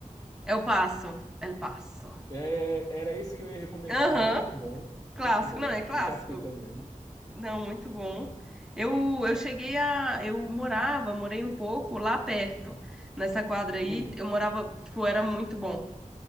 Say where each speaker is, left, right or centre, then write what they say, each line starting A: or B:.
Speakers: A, in the centre; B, on the left.
A: El Paso. El Paso.
B: É, era esse que eu ia recomendar.
A: Aham,
B: Muito bom,
A: clássico,
B: muito bom.
A: não, é clássico.
B: Eu já fui também.
A: Não, muito bom. Eu, eu cheguei a. Eu morava, morei um pouco lá perto, nessa quadra aí.
B: Hum,
A: Eu morava, tipo, era muito bom.